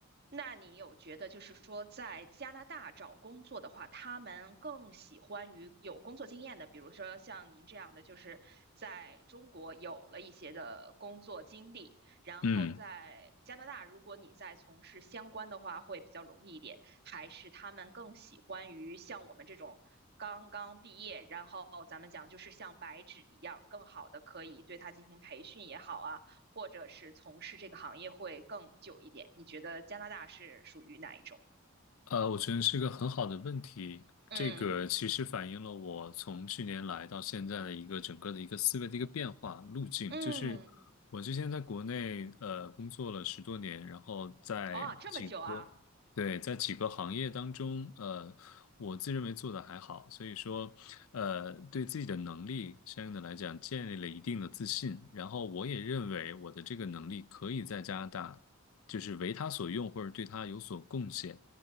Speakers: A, on the right (about 50°); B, on the left (about 75°).
A: 那你有觉得，就是说，在加拿大找工作的话，他们更喜欢于有工作经验的，比如说像您这样的，就是在中国有了一些的工作经历，然后在加拿大，
B: 嗯
A: 如果你在从事相关的话，会比较容易一点，还是他们更喜欢于像我们这种刚刚毕业，然后咱们讲就是像白纸一样，更好的可以对他进行培训也好啊。或者是从事这个行业会更久一点？你觉得加拿大是属于哪一种？
B: 呃，我觉得是个很好的问题。
A: 嗯
B: 这个其实反映了我从去年来到现在的一个整个的一个思维的一个变化路径。
A: 嗯，
B: 就是我之前在国内呃工作了十多年，然后在几个对在几个行业当中，
A: 哦，这么久啊？
B: 呃，我自认为做的还好，所以说呃对自己的能力相应的来讲建立了一定的自信。然后我也认为我的这个能力可以在加拿大。就是为他所用，或者对他有所贡献。